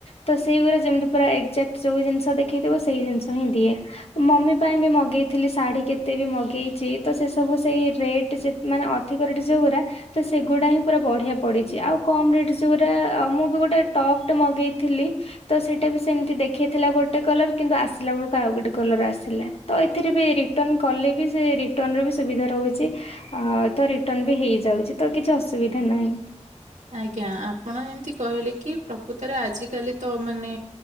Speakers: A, on the left; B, on the right.
A: ତ ସେଇ ଗୁରା ଯେମିତି ପୁରା ଏକ୍ଜାକ୍ଟ ଯୋଉ ଜିନିଷ ଦେଖେଇଥିବ, ସେଇ ଜିନିଷ ହିଁ ଦିଏ। ମମି ପାଇଁ ବି ମଗେଇଥିଲି ଶାଢ଼ୀ, କେତେ ବି ମଗେଇଛି ତ ସେ ସବୁ ସେଇ ରେଟ୍ ଯେ ମାନେ ଅଧିକ ରେଟ୍ ଯୋଉ ଗୁରା ତ ସେଗୁଡ଼ା ହିଁ ପୁରା ବଢିଆ ପଡ଼ିଛି। ଆଉ କମ୍ ରେଟ୍ ଯୋଉଗୁରା, ମୁଁ ବି ଗୋଟେ ଟପ୍ ଟେ ମଗେଇଥିଲି ତ ସେଇଟା ବି ସେମିତି ଦେଖେଇଥିଲା ଗୋଟେ କଲର୍, କିନ୍ତୁ ଆସିଲା ବେଳକୁ ଆଉ ଗୋଟେ କଲର୍ ଆସିଲା। ତ ଏଥିରେ ବି ରିଟର୍ନ କଲେ ବି, ସେ ରିଟର୍ଣ୍ନର ବି ସୁବିଧା ରହୁଛି। ଆଉ ତ ରିଟର୍ନ ବି ହେଇଯାଉଛି ତ କିଛି ଅସୁବିଧା ନାହିଁ।
B: ଆଜ୍ଞା ଆପଣ ଯେମିତି କହିଲେ କି, ପ୍ରକୃତରେ ଆଜିକାଲି ତ ମାନେ